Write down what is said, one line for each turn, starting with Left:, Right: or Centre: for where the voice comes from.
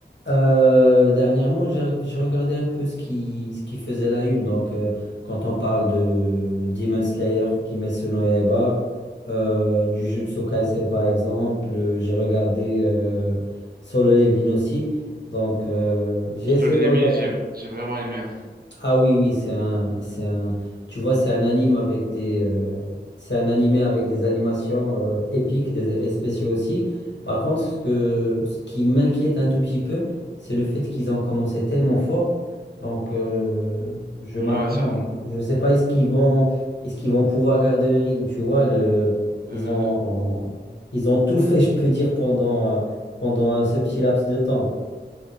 Left: Euh, dernièrement, j'ai j'ai regardé un peu ce qui, ce qui faisait la une, donc euh, quand on parle de Demon Slayer, Kimetsu no Yaiba, euh, du Jujutsu Kaisen par exemple, euh, j'ai regardé euh, Solo Leveling aussi. Donc, euh, j'ai essayé
Right: Sur l'ami,
Left: de regarder.
Right: j'ai j'ai vraiment aimé.
Left: Ah oui, oui, c'est un, c'est un, tu vois, c'est un anime avec des, euh, c'est un animé avec des animations euh, épiques, des effets spéciaux aussi. Par contre, ce que, ce qui m'inquiète un tout petit peu, c'est le fait qu'ils ont commencé tellement fort. Donc, euh, je m'attends,
Right: Ouais, ça.
Left: je sais pas, est-ce qu'ils vont, est-ce qu'ils vont pouvoir garder le rythme, tu vois, le, ils
Right: euh,
Left: ont, ils ont tout fait, je peux dire, pendant, euh, pendant euh, ce petit laps de temps.